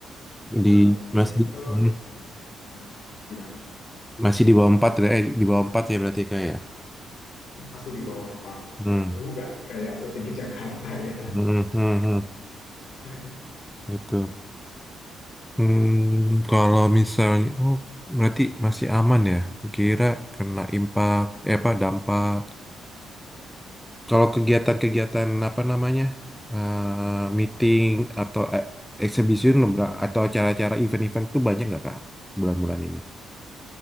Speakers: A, in the centre; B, on the left.
A: Di
B: Tapi
A: masih
B: kalau
A: hmm,
B: hmm, hmm, gimana?
A: masih di bawah 4, eh di bawah 4 ya berarti kayak. ya?
B: masih di bawah 4 gitu
A: Hmm,
B: ya. Itu nggak kayak setinggi Jakarta ya.
A: hmm, hmm, hmm.
B: <laughs>
A: Gitu. Hmm, kalau misalnya oh berarti masih aman ya. Kukira kena impact eh apa dampak Kalau kegiatan-kegiatan apa namanya eh, meeting atau eh, exhibition lebra- atau acara-acara event-event itu banyak nggak kak bulan-bulan ini?